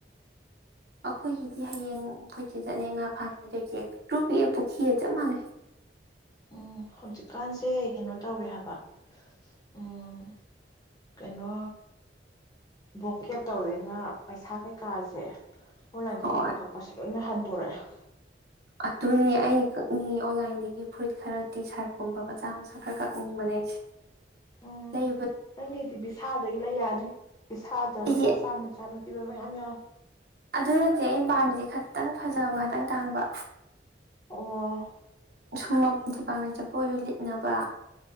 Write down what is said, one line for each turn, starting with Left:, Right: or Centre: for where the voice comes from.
Right: ꯑꯩꯈꯣꯏꯒꯤꯗꯤ ꯍꯌꯦꯡ ꯑꯩꯈꯣꯏꯆꯦ ꯆꯠꯅ ꯉꯥ ꯐꯥꯉꯦ ꯑꯗꯨꯣꯏꯆꯦ ꯇ꯭ꯔꯨ ꯄꯑꯦ ꯄꯨꯈ꯭ꯔꯤꯑ ꯆꯞ ꯃꯥꯟꯂꯦ
Left: ꯎꯝ ꯍꯧꯖꯤꯛꯀꯥꯟꯁꯦ ꯀꯩꯅꯣ ꯇꯧꯔꯦ ꯍꯥꯏꯕ ꯎꯝ ꯀꯩꯅꯣ ꯕꯣꯛꯀꯦ ꯇꯧꯔꯦꯅ ꯄꯩꯁꯥ ꯀꯩꯀꯥꯁꯦ ꯑꯣꯟꯂꯥꯏꯟꯗꯒꯤ
Right: ꯍꯣꯏ
Left: ꯄꯣꯛ ꯀꯛꯄꯁꯤ ꯂꯣꯏꯅ ꯍꯟꯊ ꯇꯣꯔꯛꯑꯦ
Right: ꯑꯗꯨꯅꯦ ꯑꯩꯩꯅ ꯀꯛꯅꯤꯡꯉ ꯑꯣꯟꯂꯥꯏꯟꯗꯒꯤ ꯐꯨꯔꯤꯠ ꯈꯔ ꯇꯤ ꯁꯥꯔꯠꯀꯨꯝꯕ ꯃꯆꯥ ꯃꯆꯥ ꯈꯔ ꯀꯛꯅꯤꯡꯕꯅꯦ ꯑꯩꯁꯦ
Left: ꯎꯝ
Right: ꯂꯩ
Left: ꯅꯪꯒꯤꯗꯤ ꯕꯤꯁꯥꯗꯒꯤ ꯂꯩ ꯌꯥꯅꯤ ꯕꯤꯁꯥꯜꯗ ꯂꯨꯄꯥ
Right: ꯏꯆꯦ
Left: ꯆꯥꯝꯃ ꯆꯥꯝꯃ ꯀ ꯑ ꯌꯥ
Right: ꯑꯗꯨ ꯅꯠꯇꯦ ꯑꯩꯅ ꯄꯥꯝꯃꯤꯁꯦ ꯈꯇꯪ ꯐꯖꯕ ꯈꯇꯪ ꯇꯥꯡꯕ
Left: ꯑꯣ
Right: ꯁꯨꯝ ꯗꯤꯄꯥꯔꯠꯃꯦꯟ ꯆꯠꯄꯣꯏꯁꯨ ꯂꯤꯠꯅꯕ